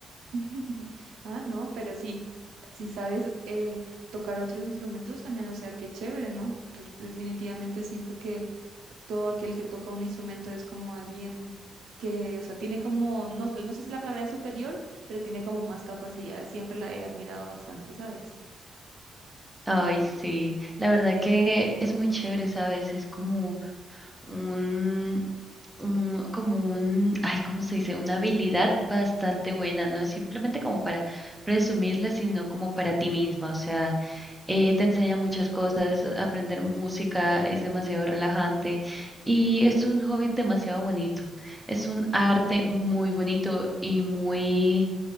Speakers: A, on the right (about 85°); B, in the centre.
A: <laughs> Ah, no, pero si, si sabes eh, tocar otros instrumentos también, o sea, qué chévere, ¿no? Re- Definitivamente siento que todo aquel que toca un instrumento es como alguien que, o sea, tiene como, no, no sé si la palabra es superior, pero tiene como más capacidad. Siempre la he admirado bastante, ¿sabes?
B: Ay, sí. La verdad que es muy chévere, ¿sabes? Es como un, un- como un, ay, ¿cómo se dice? Una habilidad bastante buena, no es simplemente como para presumirla, sino como para ti misma. O sea, eh, te enseña muchas cosas, aprender música es demasiado relajante y es un hobby demasiado bonito. Es un arte muy bonito y muy,